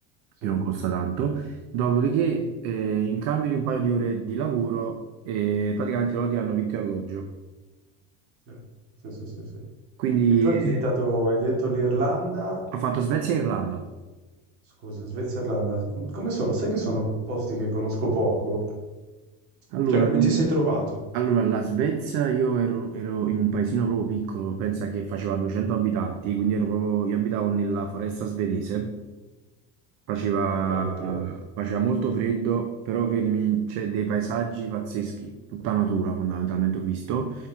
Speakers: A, on the right; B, on the right.
A: Sì.
B: che non costa tanto, dopodiché eh, in cambio di un paio di ore di lavoro eh, praticamente loro ti hanno vitto e alloggio.
A: Sì, sì, sì, sì, sì.
B: Quindi
A: E tu hai visitato,
B: eh,
A: hai detto l'Irlanda,
B: ho fatto Svezia e Irlanda.
A: scusa, Svezia e Irlanda. Come sono? Sai che sono posti che conosco poco?
B: Allora,
A: Cioè, come
B: l-
A: ti sei trovato?
B: allora, la Svezia io ero, ero in un paesino proprio piccolo, pensa che faceva 200 abitanti, quindi ero proprio- io abitavo nella foresta svedese. Faceva,
A: Ah, bella però.
B: faceva molto freddo, però credimi, c'è dei paesaggi pazzeschi, tutta natura fondamentalmente ho visto.